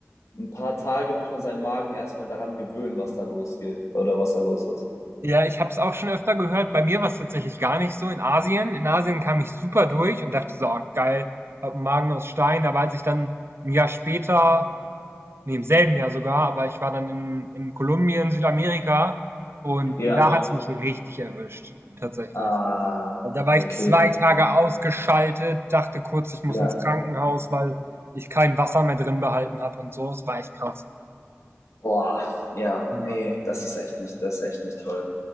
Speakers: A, on the left; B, on the right.
A: ein paar Tage muss man seinen Magen erstmal daran gewöhnen, was da losgeht oder was da los ist.
B: Ja, ich habe es auch schon öfter gehört. Bei mir war es tatsächlich gar nicht so in Asien. In Asien kam ich super durch und dachte so, oh, geil, hab einen Magen aus Stein. Aber als ich dann ein Jahr später Ne, im selben Jahr sogar, aber ich war dann in in Kolumbien, Südamerika und
A: Ja.
B: da hat's mich richtig erwischt, tatsächlich.
A: Ah,
B: Also Da war
A: okay.
B: ich 2 Tage ausgeschaltet, dachte kurz, ich muss
A: Ja.
B: ins Krankenhaus, weil ich kein Wasser mehr drin behalten habe und so. Das war echt krass.
A: Boah, ja,
B: Ja,
A: nee, das ist echt nicht, das ist echt nicht toll.